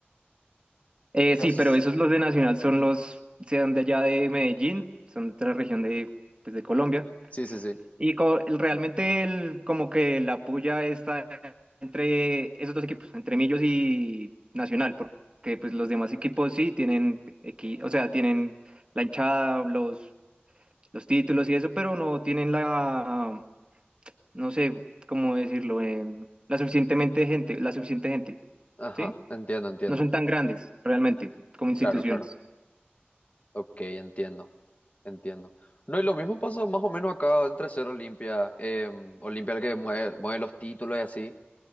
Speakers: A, on the right; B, on the left.
A: Eh, sí,
B: Yes.
A: pero esos los de Nacional son
B: Ujú.
A: los, sean de allá de Medellín, son de otra región de, pues, de Colombia.
B: Sí, sí, sí.
A: Y co- el- realmente el, como que la puya está entre esos dos equipos, entre Millos y Nacional, porque pues los demás equipos sí tienen equi- o sea, tienen la hinchada, los, los títulos y eso, pero no tienen la, no sé cómo decirlo, em, la suficientemente gente, la suficiente gente,
B: Ajá,
A: ¿sí?
B: entiendo, entiendo.
A: No son tan grandes realmente como instituciones.
B: Claro, claro. Ok, entiendo, entiendo. No, y lo mismo pasa más o menos acá entre ser Olimpia, eh, Olimpia el que mueve, mueve los títulos y así,